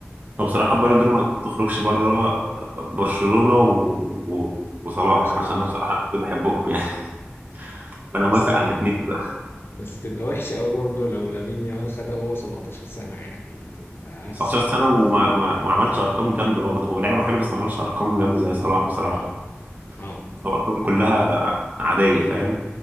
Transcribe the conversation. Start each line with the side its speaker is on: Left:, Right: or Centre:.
Right: هو بصراحة
Left: يعني
Right: البالون دور ما تخرجش بره آه، برشلونة و... و... وصلاح
Left: وصلاح
Right: عشان انا بصراحة كنت بحبهم يعني <laughs> فانا
Left: بس
Right: موافق
Left: يعني
Right: على الاثنين ده
Left: بس تبقى وحشة قوي برضه لو لامين يامال خدها وهو 17 سنة يعني دي تبقى
Right: 19 سنة وما ما... ما عملش ارقام جامدة برضه هو لعبه حلو بس ما عملش ارقام جامدة زي صلاح بصراحة
Left: <laughs> اه
Right: هو ارقامه كلها عادية فاهم